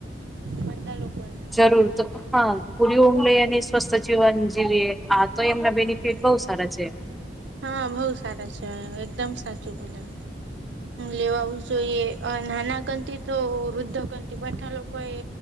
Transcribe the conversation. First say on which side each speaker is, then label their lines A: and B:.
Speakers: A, on the right; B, in the centre.
A: બધા લોકોને
B: <unintelligible> પુરી ઊડ લઈ અને
A: હમ
B: સ્વસ્થ જીવન જીવે આ તો એમના
A: હા
B: બેનિફિટ બઉ ખરા છે
A: હા બઉ સારા છે એકદમ સાચું બોલ્યો
B: <inaudible>
A: લેવાવું જોઈએ નાના કંત તો વૃદ્ધ કંતિ બઠા લોકો એ